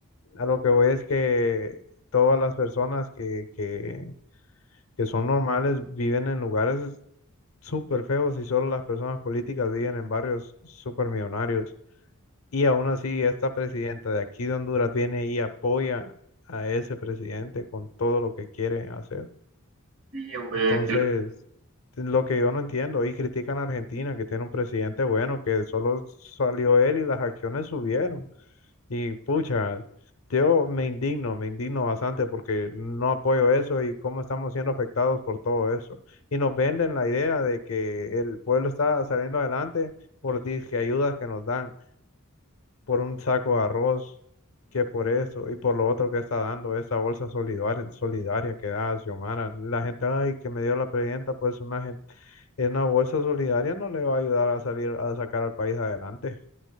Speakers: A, on the left; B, on the right.
A: A lo que voy es que todas las personas que, que, que son normales viven en lugares súper feos y solo las personas políticas viven en barrios súper millonarios. Y aún así, esta presidenta de aquí de Honduras viene y apoya a ese presidente con todo lo que quiere hacer.
B: Sí, hombre,
A: Entonces,
B: que lo-
A: es lo que yo no entiendo, y critican a Argentina, que tiene un presidente bueno, que solo salió él y las acciones subieron. Y pucha, yo me indigno, me indigno bastante porque no apoyo eso y cómo estamos siendo afectados por todo eso. Y nos venden la idea de que el pueblo está saliendo adelante por disque ayudas que nos dan por un saco de arroz que por eso y por lo otro que está dando esa bolsa solidaria, solidaria que da Xiomara. La gente, ay, que me dio la presidenta, pues una gente, en una bolsa solidaria no le va a ayudar a salir, a sacar al país adelante.